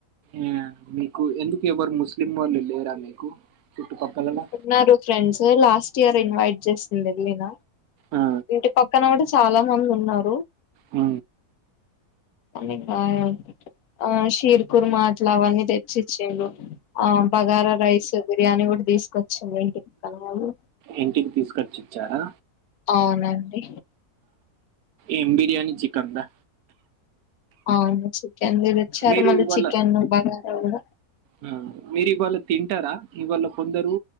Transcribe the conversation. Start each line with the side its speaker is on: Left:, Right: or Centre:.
Right: ఆ మీకు ఎందుకు ఎవరు ముస్లిం వాళ్ళు లేరా మీకు? చుట్టుపక్కలలో
Left: ఉన్నారు ఫ్రెండ్స్ లాస్ట్ ఇయర్ ఇన్వైట్ జేసింది ఎల్లిన
Right: ఆ
Left: ఇంటి పక్కన గుడా చాలా మందున్నారు.
Right: హ
Left: <unintelligible> ఆ షీర్ కుర్మా అట్లా అవన్ని తెచ్ చ్చిచ్చిళ్లు ఆ బగారా రైస్, బిర్యానీ గుడ తీసుకొచ్చిళ్ళు ఇంటి పక్కన వాళ్ళు
Right: ఇంటికి తీసుకొచ్చిచ్చారా?
Left: అవునండి
Right: ఏం బిర్యానీ చికన్ దా?
Left: అవును చికెన్ది దెచ్చారు,
Right: మీరు
Left: మళ్ళీ
Right: ఇవాళ
Left: చికెన్ బగార గుడ
Right: ఆ మీరివాళ తింటరా? ఇవాళ కొందరు